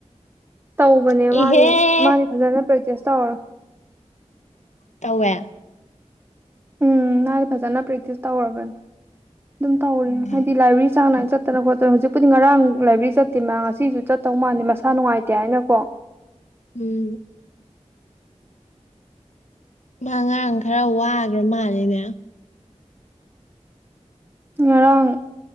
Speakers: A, on the right; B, on the left.
A: ꯇꯧꯕꯅꯦ
B: ꯏꯍꯦ
A: ꯃꯥꯗꯤ ꯃꯥꯗꯤ ꯐꯖꯅ ꯄ꯭ꯔꯦꯛꯇꯤꯁ ꯇꯧꯔ
B: ꯇꯧꯋꯦ
A: ꯎꯝ ꯃꯥꯗꯤ ꯐꯖꯅ ꯄꯔꯦꯛꯇꯤꯁ ꯇꯧꯔꯕꯅꯤ ꯑꯗꯨꯝ ꯇꯧꯏ
B: ꯎꯝ
A: ꯍꯥꯏꯗꯤ ꯂꯥꯏꯕꯔꯥꯔꯤ ꯆꯥꯡ ꯅꯥꯏ ꯆꯠꯇꯅ ꯈꯣꯠꯇꯅ ꯍꯧꯖꯤꯛꯄꯨꯗꯤ ꯉꯔꯥꯡ ꯂꯥꯏꯕ꯭ꯔꯦꯔꯤ ꯆꯠꯇꯦ ꯃꯥ ꯉꯁꯤꯁꯨ ꯆꯠꯇꯧ ꯃꯥꯥꯟꯗꯦ ꯃꯁꯥ ꯅꯨꯡꯉꯥꯏꯇꯦ ꯍꯥꯏꯅꯀꯣ
B: ꯎꯝ ꯃꯥ ꯉꯔꯥꯡ ꯈꯔ ꯋꯥꯒ꯭ꯔ ꯃꯥꯜꯂꯤꯅꯦ
A: ꯉꯔꯥꯡ